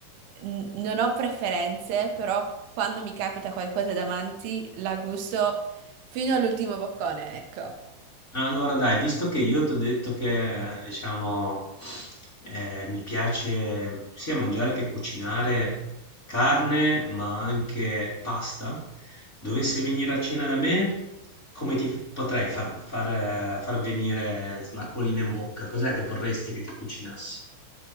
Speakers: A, on the right; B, on the left.
A: N- non ho preferenze, però quando mi capita qualcosa davanti la gusto fino all'ultimo boccone, ecco.
B: Ah, Allora dai, visto che io ti ho detto che, eh, diciamo, eh, mi piace sia mangiare che cucinare carne, ma anche pasta, dovessi venire a cena da me, come ti potrei far, far, eh, far venire l'acquolina in bocca? Cos'è che vorresti che ti cucinassi?